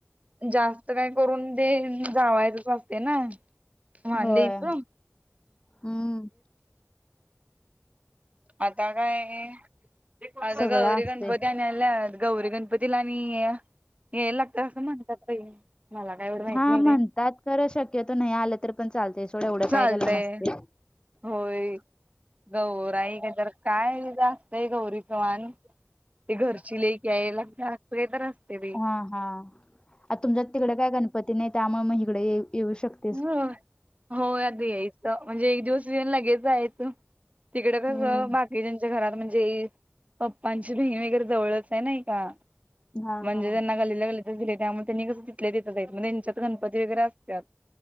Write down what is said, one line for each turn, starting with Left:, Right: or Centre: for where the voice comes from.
Right: जास्त काही करून दे जावायचच असते ना वांदे
Left: होय
Right: एक
Left: हम्म
Right: आता काय हे आता
Left: सगळं
Right: गौरी
Left: असतंय.
Right: गणपती आन यायल्या गौरी गणपतीला आणि याय लागतात असं म्हणतात बाई मला काय एवढं माहित
Left: हा
Right: नाही
Left: म्हणतात
Right: ते
Left: खरं शक्यतो नाही आलं तर पण चालतंय सोड एवढं
Right: चालतंय
Left: काय त्याला नसतयं.
Right: होय गौराई काय असतंय गौरीच मान ते घरची लेक आहे <unintelligible> असतय बाई
Left: हा हा आता तुमच्या तिकड काय गणपती नाही त्यामुळे मग हिगड येऊ शकत
Right: होय होय आदी म्हणजे एक दिवस येऊन लगेच जायचं. तिकड कसं
Left: हम्म
Right: बाकी ज्यांच्या घरात म्हणजे पप्पांची बहीण वगैरे जवळच आहे नाही. का
Left: हा
Right: म्हणजे
Left: हा
Right: त्यांना गल्लीतल्या गल्लीत दिले त्यामुळे त्यांनी कसं तिथल्या तिथं आहेत मग त्यांच्यात गणपती वगैरे असतात.